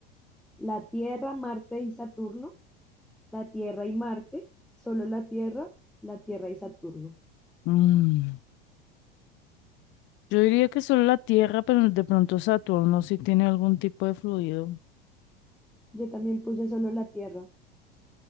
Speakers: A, in the centre; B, on the left.
A: la Tierra, Marte y Saturno, la Tierra y Marte, solo la Tierra, la Tierra y Saturno.
B: Mm, Yo diría que solo la Tierra, pero de pronto Saturno sí tiene algún tipo de fluido.
A: Yo también puse solo la Tierra.